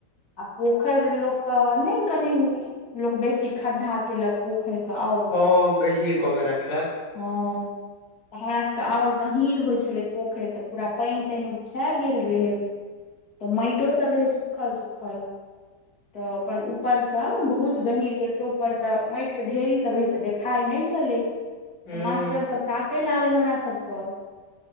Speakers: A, on the left; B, on the left.
A: आ पोखरि लोक कऽ नहि कनि लोक बेसी खाद्धा केलक पोखैर कऽ आ
B: हँ गहीर कऽ के रखलक
A: हँ तऽ हमरा सबके आओर गहीँर होइ छलै पोखरि तऽ पूरा पानि तानि उपछा गेल रहै तऽ मटि सब रहै सुखल सुूखल तऽ अपन ऊपर से बहुत गहीर केलक ऊपर से माटि के ढेरी सब रहे ते देख खाइ नहि छलै ओ
B: हूँ हँ
A: मास्टरसभ ताकय लए आबै हमरा सभके